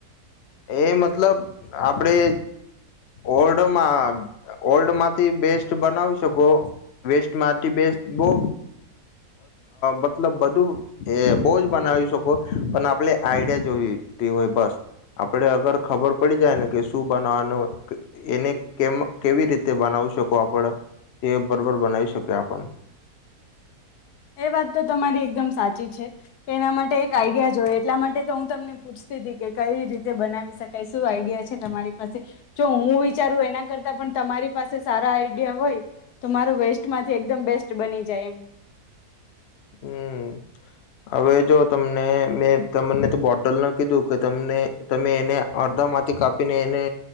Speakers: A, on the left; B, on the left.
A: એ મતલબ આપડે ઓલ્ડમાં ઓલ્ડ માંથી બેસ્ટ બનાવી શકો વેસ્ટ માંથી બેસ્ટ બો મતલબ બધું બો જ બનાવી શકો પણ આપડ આઈડિયા જોયું હોય બસ આપણે અગર ખબર પડી જાય ને કે શું બનાવાનું એને કેવી રીતે બનાવી શકો આપડ તે બરોબર બનાવી શકીએ આપ
B: એ વાત તો તમારી એકદમ સાચી છે કે એના માટે એક આઈડિયા જોય એટલા માટે તો હું તમને પૂછતી હતી કે કઈ રીતે બનાવી શકાય શું આઈડિયા છે તમારી પાસે જો હું વિચારું એના કરતા પણ તમારી પાસે સારા આઈડિયા હોય તો માર વેસ્ટ માંથી એકદમ બેસ્ટ બની જાય એમ
A: હમ હવે જો તમને મેં તમને તો બોટલ કીધું તમને તમે એને અડધા માંથી કાપીને એને